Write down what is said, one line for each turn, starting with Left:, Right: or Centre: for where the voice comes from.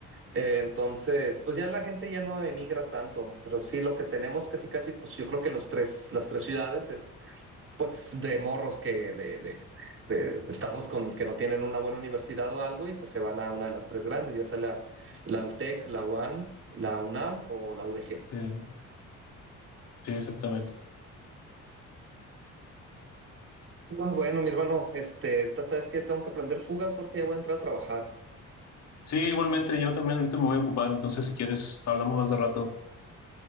Right: Eh, entonces, pues ya la gente ya no emigra tanto, pero sí lo que tenemos casi casi, pues yo creo que los tres, las tres ciudades es pues de morros que de, de, de estados con que no tienen una buena universidad o algo y pues se van a una de las tres grandes, ya sea la, la Altec, la UAN, la UNAM o la UDG.
Left: eh, sí, exactamente.
Right: Ah, Bueno, mi hermano, este, ahorita sabes que tengo que aprender fuga porque ya voy a entrar a trabajar.
Left: Sí, igualmente, yo también ahorita me voy a ocupar, entonces si quieres, hablamos más de rato.